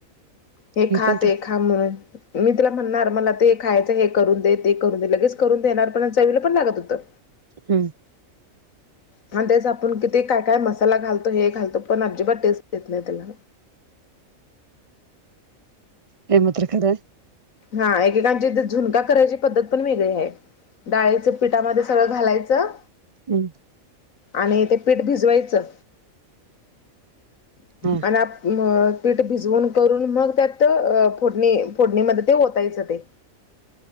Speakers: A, on the left; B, on the right.
A: हे
B: मी
A: खा
B: पण
A: ते खा म्हणून, मी तिला म्हणणार मला ते खायचं हे करून दे. ते करून दे लगेच करून देणार पण चवीला पण लागत होतं.
B: हम्म.
A: आणि तेच आपण किती काय, काय मसाला घालतो हे घालतो पण अजिबात टेस्ट येत नाही त्याला,
B: हे मात्र खरं.
A: हा एकेकांची झुणका करायची पद्धत पण वेगळी आहे. डाळीचं पीठामध्ये सगळं घालायचं
B: हम्म
A: आणि ते पीठ भिजवायचं.
B: हम
A: आणि आत मग पीठ भिजवून करून मग त्यात फोडणी फोडणीमध्ये ते ओतायचं ते